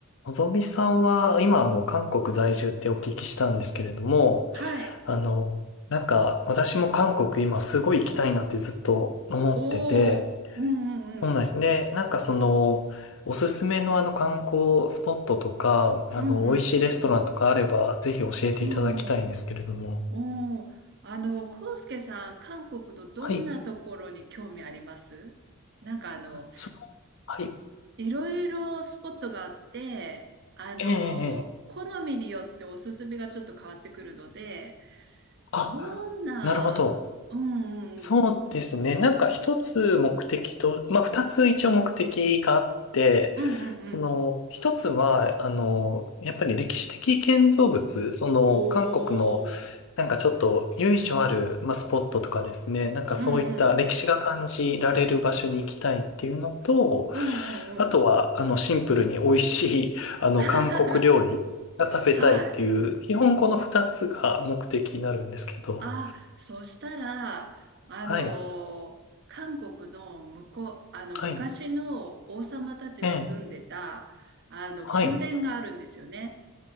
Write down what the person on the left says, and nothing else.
のぞみさんは、今、あの、韓国在住ってお聞きしたんですけれども、
あの、なんか、私も韓国今すごい行きたいなってずっと思ってて、
そうなんですね。なんかその、おすすめのあの観光スポットとか、あの、
美味しいレストランとかあれば、ぜひ教えていただきたいんですけれども。
はい。そのはい。
ええええ
あ、
なるほど。
そうですね。なんか一つ目的と、まあ二つ一応目的があって、
その一つは、あの、やっぱり歴史的建造物、その韓国の
なんかちょっと由緒ある、まあ、スポットとかですね、なんかそういった歴史が感じられる場所に行きたいっていうのと、
あとは、あの、シンプルに美味しい、あの、
韓国料理が食べたいっていう、
基本この二つが目的になるんですけど、
はい、
はい、
ええ
はい。